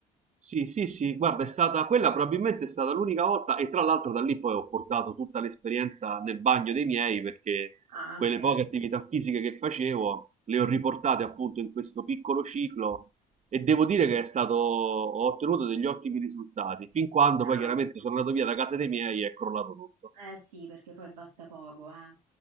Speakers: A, on the right; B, on the right.
A: Sì, sì, sì, guarda, è stata quella probabilmente è stata l'unica volta e tra l'altro da lì poi ho portato tutta l'esperienza nel bagno dei miei perché
B: Ah,
A: quelle
B: ok,
A: poche attività fisiche che facevo le ho riportate appunto in questo piccolo ciclo e devo dire che è stato, ho ottenuto degli ottimi risultati, fin quando
B: bravo.
A: poi chiaramente sono andato via da casa dei miei e è crollato tutto.
B: Eh sì, perché poi basta poco, eh.